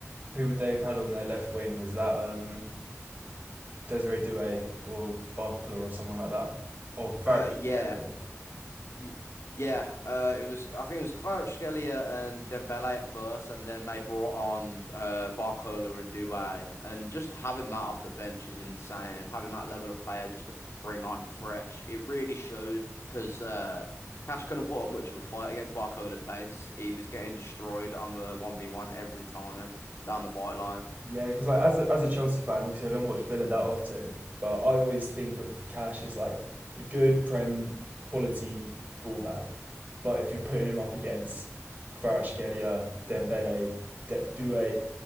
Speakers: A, on the right (about 30°); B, on the left (about 60°).
A: Who would they have had on their left wing? Was that um, Desiree Douay or Barcola or someone like that? Or Farage?
B: Uh, yeah.
A: Yeah.
B: Y yeah, uh, it was. I think it was Kvaratskhelia and Dembele at first, and then they brought on uh, Barcola and Dubai, and just having that off the bench is insane. Having that level of player just to bring on fresh, it really showed because uh, Cash couldn't put up much of a fight against Barcola's pace. He was getting destroyed on the one v one every time down the byline.
A: Yeah, because like as a, as a Chelsea fan, obviously I don't watch Villa that often, but I always think of Cash as like a good Prem quality fullback. But if you're putting him up against Kvaratskhelia, Dembele, De- Doué,